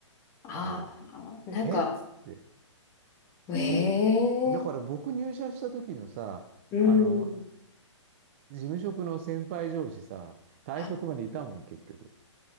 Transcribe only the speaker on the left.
ああー、
なんか、
ええ
うん。
あ